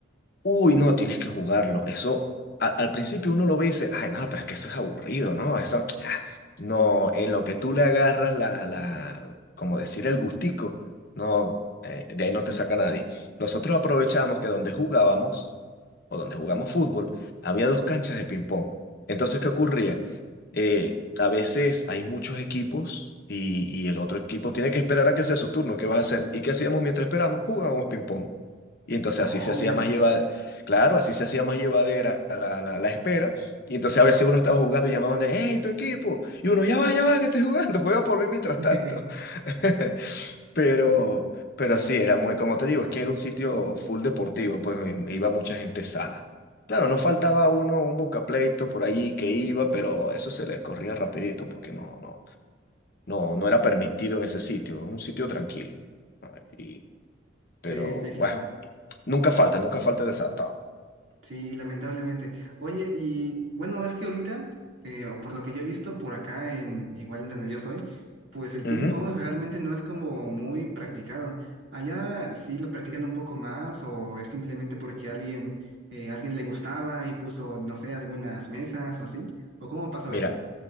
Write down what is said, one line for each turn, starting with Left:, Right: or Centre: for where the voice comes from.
Left: Uy, no, tienes que jugarlo. Eso, a- al principio uno lo ve y dice, ay, no, pero es que eso es aburrido, ¿no? Eso, <tsk> no, en lo que tú le agarras la, la, como decir, el gustico, no, eh, de ahí no te saca nadie. Nosotros aprovechamos que donde jugábamos, o donde jugamos fútbol, había dos canchas de ping-pong. Entonces, ¿qué ocurría? Eh, a veces hay muchos equipos y, y el otro equipo tiene que esperar a que sea su turno. ¿Qué vas a hacer? ¿Y qué hacíamos mientras esperamos? Jugábamos ping-pong. Y entonces
Right: Oh,
Left: así se
Right: mira.
Left: hacía más llevadera, claro, así se hacía más llevadera la, la, la espera. Y entonces a veces uno estaba jugando y llamaban de, hey, tu equipo. Y uno, ya va, ya va, que estoy jugando, <laughs> juega por mí mientras
Right: <laughs>
Left: tanto. <laughs> Pero, pero sí, era muy, como te digo, es que era un sitio full deportivo, pues y- iba mucha gente sana. Claro, no faltaba uno, un buscapleito por allí que iba, pero eso se les corría rapidito porque no, no, no, no era permitido en ese sitio, es un sitio tranquilo. Ah, Y, pero
Right: Sí, sí, claro.
Left: bueno, nunca falta, nunca falta el desatado.
Right: Sí, lamentablemente. Oye, y bueno, es que ahorita, eh, o por lo que yo he visto por acá en, igual en donde yo soy, pues el
Left: Ujú.
Right: ping pong realmente no es como muy practicado. Allá sí lo practican un poco más, o es simplemente porque alguien, eh, alguien le gustaba y puso, no sé, algunas mesas o así. ¿O cómo pasó
Left: Mira,
Right: eso?